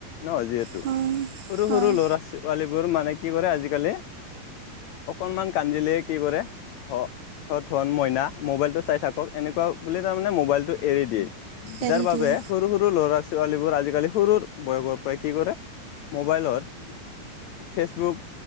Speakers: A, on the left; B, on the right.
A: ন যিহে
B: হয়
A: সৰু
B: হয়
A: সৰু ল'ৰা পোৱালীবোৰ মানে কি কৰে আজিকালি অকণমান কান্দিলেই কি কৰে সত ধন মইনা মোবাইলটো চাই থাকক এনেকুৱা বুলি তাৰমানে মোবাইলটো এৰি দিয়ে
B: এৰি
A: যাৰ বাবে
B: দিয়ে
A: সৰু সৰু ল'ৰা ছোৱালীবোৰ আজিকালি সৰু বয়সৰ পৰাই কি কৰে মোবাইলত ফেচবুক